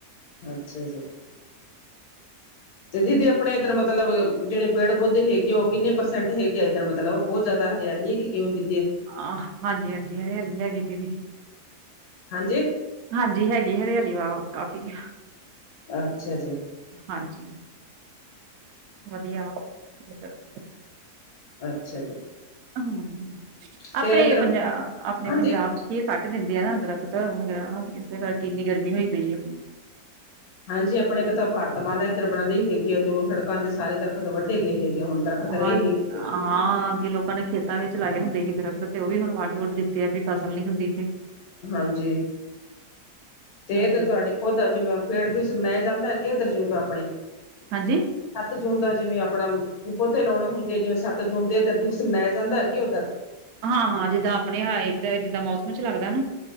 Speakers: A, on the left; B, on the right.
A: ਅੱਛਾ ਜੀ। ਤੇ, ਦੀਦੀ ਆਪਣੇ ਇੱਧਰ ਮਤਲਬ ਜਿਹੜੇ ਪੇੜ, ਪੌਦੇ ਹੈਗੇ ਉਹ ਕਿੰਨੇ ਪਰਸੈਂਟ ਹੈਗੇ ਆ? ਇੱਧਰ ਮਤਲਬ ਮਤਲਬ, ਉਹ ਬਹੁਤ ਜ਼ਿਆਦਾ ਹਰਿਆਲੀ ਹੈ। ਕਿ ਕਿਵੇਂ ਦੀ?
B: ਆਹ ਹਾਂਜੀ- ਹਾਂਜੀ, ਹਰਿਆਲੀ ਹੈਗੀ ਦੀਦੀ।
A: ਹਾਂਜੀ
B: ਹਾਂਜੀ, ਹੈਗੀ, ਹਰਿਆਲੀ ਵਾਹਵਾ, ਕਾਫੀ।
A: ਅੱਛਾ ਜੀ।
B: ਹਾਂਜੀ। ਵਧੀਆ <unintelligible>
A: ਅੱਛਾ ਜੀ।
B: ਹਮ, ਆਪਣੇ
A: ਤੇ ਇੱਧਰ
B: ਪੰਜਾ, ਆਪਣੇ
A: ਹਾਂਜੀ
B: ਪੰਜਾਬ ਚ ਕੀ ਇਹ ਕੱਟ ਦਿੰਦੇ ਆ ਨਾ, ਦਰੱਖਤ ਵਗ਼ੈਰਾ ਇਸੇ ਕਰਕੇ ਇੰਨੀ, ਗਰਮੀ ਹੋਈ ਪਈ ਆ।
A: ਹਾਂਜੀ, ਆਪਣੇ ਇੱਕ ਤਾਂ, ਭਾਰਤਮਾਲਾ ਇੱਧਰ ਬਣ ਰਹੀ ਹੈਗੀ ਹੈ, ਤੇ ਉਹ ਸੜਕਾਂ ਤੇ ਸਾਰੇ ਦਰ ਦਰੱਖਤ ਵੱਢੇ ਗਏ ਹੈਗੇ, ਹੁਣ ਦਰੱਖਤ ਰਹੇ
B: ਹਾਂ
A: ਨਹੀਂ।
B: ਹਾਂ ਅੱਗੇ, ਲੋਕਾਂ ਨੇ ਖੇਤਾਂ ਵਿੱਚ ਲਾਏ ਹੁੰਦੇ ਸੀ, ਦਰੱਖਤ ਤੇ ਉਹ ਵੀ ਹੁਣ ਵੱਢ- ਵੁੱਢ ਦਿੱਤੇ ਆ, ਵੀ ਫਸਲ ਨੀ ਹੁੰਦੀ। <unintelligible>
A: ਹਾਂਜੀ, ਤੇ
B: ਹਾਂਜੀ
A: ਇੱਧਰ ਤੁਹਾਡੇ ਓਦਾ ਜਿਵੇਂ ਪੇੜ ਦਿਵਸ ਮਨਾਯਾ ਜਾਂਦਾ <unintelligible>
B: ਹਾਂਜੀ।
A: ਸੱਤ ਜੂਨ ਦਾ ਜਿਵੇਂ ਆਪਣਾ ਵੀ ਪੌਧੇ ਲਾਉਣੇ ਹੁੰਦੇ ਜਿਵੇਂ ਸੱਤ ਜੂਨ ਦੇ ਇੱਧਰ ਦਿਵਸ ਮਨਾਯਾ ਜਾਂਦਾ ਹੈ ਕਿ ਉੱਧਰ?
B: ਹਾਂ-ਹਾਂ ਜਿੱਦਾਂ ਆਪਣੇ ਹਾ ਏਦਰ ਜਿੱਦਾਂ ਮੌਸਮ ਚ ਲੱਗਦਾ ਨਾ